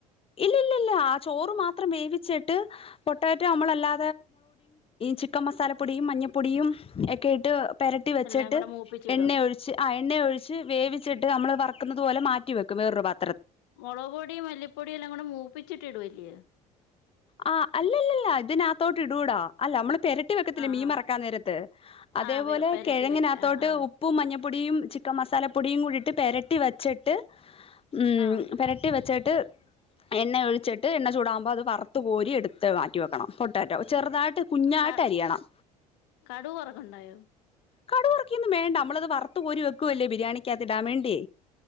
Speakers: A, on the left (about 30°); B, on the left (about 60°).
A: ഇല്ല ഇല്ല ചോറ് മാം വേവിച്ചിട്ട് പൊട്ടറ്റോ നമ്മളല്ലാ ച മസാല പൊടിയും മഞ്ഞപ്പൊടിയും ഒക്കെ ഇട്ട് പരട്ടി വെച്ചിട്ട്
B: എല്ലാം കൂടെ മൂപ്പിച്ചിടോ?
A: എണ്ണയ ഒഴിച്ച് ആ എണ്ണയ ഒഴിച്ച് വേവിച്ചിട്ട് നമ്മൾ വക്കുന്നത് പോലെ മാറ്റി വെക്കും വേറരുാ
B: മുളക് പൊടിയും മല്ലിപ്പൊടിയും എല്ലാം കൂടെ മൂപ്പിച്ചിട്ട ഇടുംല്ലയേ
A: ആ് അല്ലല്ലല്ല ഇതിനകത്തോട്ട് ഇടൂടാ അല്ല നമ്മള് പെരട്ടി വെക്കത്തില്ല
B: ആഹ്
A: മീൻ
B: ആഹ്.
A: മറക്കാൻ നേരത്ത് അതേപോലെ
B: ആഹ് വെ പെരട്ടി
A: കിഴങ്ങിനകത്തോട്ട്
B: വെച്ച്. ആഹ് ആഹ്.
A: ഉപ്പും മഞ്ഞ പൊടിയും ചിക്കൻ മസാല പൊടിയും കൂടിട്ട് പരട്ടി വെച്ചിട്ട് ഉ
B: ആഹ്.
A: പരട്ടി വെച്ചിട്ട് ് എണ്ണ ഒഴിച്ചിട്ട് എണ്ണ ചൂടാകുമ്പോ അത് വറത്ത്ു കോരി എടുത്ത് മാറ്റിവ വെക്കണം പൊട്ടാറ്റോ ചെറുതായിട്ട് കുഞ്ഞായിട്ട്
B: ക
A: അരിയണം
B: കടുക് വറക്കുണ്ടായോ?
A: കടുക് വറക്കിന്ന വേണ്ടമ്മളത് വറു പോ വെക്ക അല്ലേ ബിരിയാണിക്കകത്തി ഇടാ വേണ്ടേ